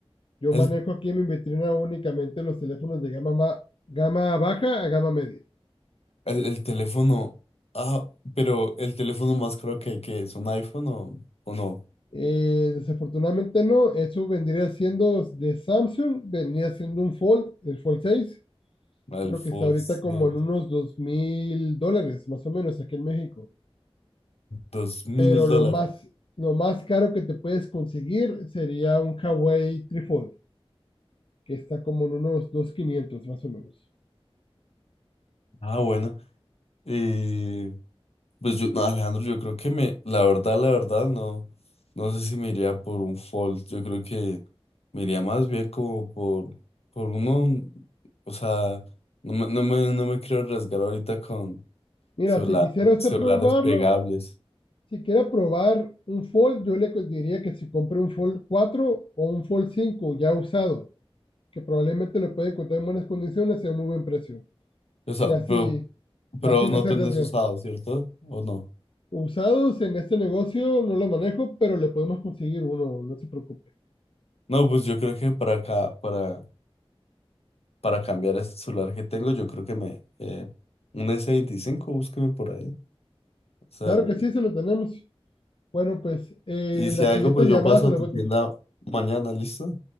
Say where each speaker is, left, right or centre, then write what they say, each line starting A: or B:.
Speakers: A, on the left; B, on the left.
A: Yo
B: el
A: manejo aquí en mi vitrina únicamente los teléfonos de gama, ma- gama baja a gama media.
B: El, el teléfono. Ah, pero el teléfono más caro que, que es un iPhone o, o no.
A: Eh, desafortunadamente no, eso vendría siendo de Samsung, vendría siendo un Fold, el Fold seis
B: El
A: Creo
B: full,
A: que está ahorita
B: sí,
A: como en unos dos mil dólares, más o menos, aquí en México.
B: dos mil
A: Pero lo
B: dólares.
A: más, lo más caro que te puedes conseguir sería un Hawaii Trifold, que está como en unos 2.500 más o menos.
B: Ah, bueno. Eh, pues yo, no, Alejandro, yo creo que me, la verdad, la verdad, no. No sé si me iría por un Fold. Yo creo que me iría más bien como por, por uno. O sea, no me, no me, no me quiero arriesgar ahorita con
A: Mira,
B: celular,
A: si quisiera usted
B: celulares
A: probarlo,
B: pegables.
A: si quiere probar un Fold, yo le co- diría que se compre un Fold cuatro o un Fold cinco ya usado, que probablemente lo puede encontrar en buenas condiciones y a un muy buen precio.
B: O sea,
A: Y así,
B: pero, pero
A: y así
B: vos
A: no
B: no
A: se
B: tenés
A: arriesgan.
B: usado, ¿cierto? ¿O no?
A: Usados en este negocio no lo manejo, pero le podemos conseguir uno, no se preocupe.
B: No, pues yo creo que para acá, para, para cambiar este celular que tengo, yo creo que me, eh, un s veinticinco búsqueme por ahí. O sea,
A: Claro
B: el-
A: que sí, se lo tenemos. Bueno, pues eh,
B: y si
A: la
B: algo,
A: siguiente
B: pues
A: llamada
B: yo paso
A: se
B: a
A: lo
B: tu
A: bote.
B: tienda mañana, ¿listo?